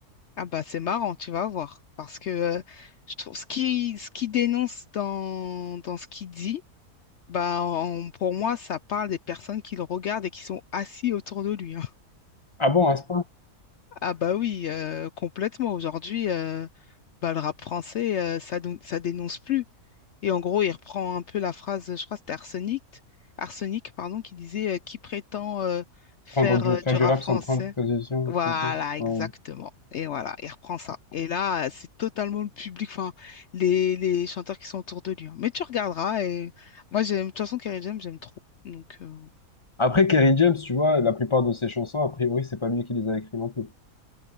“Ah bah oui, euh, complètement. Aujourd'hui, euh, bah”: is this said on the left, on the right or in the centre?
Left